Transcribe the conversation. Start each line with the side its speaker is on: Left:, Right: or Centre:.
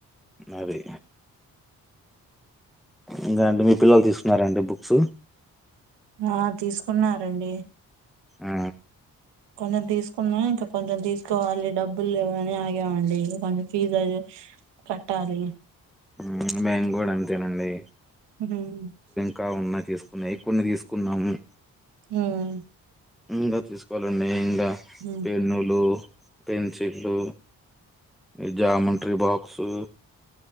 Centre: అది ఇంగ అండి మీ పిల్లలు తీసుకున్నారండి బుక్స్
Right: ఆ తీసుకున్నారండి
Centre: ఆ
Right: నేను తీసుకున్నా ఇంకా కొంచెం తీసుకోవాలి డబ్బులు లేవని ఆగేవాండి కొంచెం ఫిజు అది కట్టాలి
Centre: ఉమ్ మేము గుడా అంతేనండి
Right: <unintelligible>
Centre: కా ఉన్నాయి తీసుకున్నాయి కొన్ని తీసుకున్నాము
Right: హమ్
Centre: ఇంగా తీసుకోవాలండి ఇంగా
Right: ఉ
Centre: పెన్నులు పెన్సిల్లు ఈ జామట్రీ బాక్సు